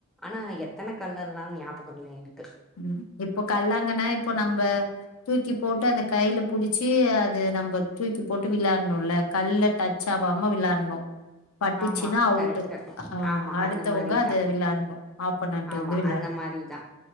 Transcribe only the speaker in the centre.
ஆனா எத்தனை கல்லல்லா ல்லாம் ஞாபகம்ல எனக்கு
ஆமா
கரெக்ட்டு
ஆமா
அந்த மாரிதா
ஆமா
அந்த மாரிதா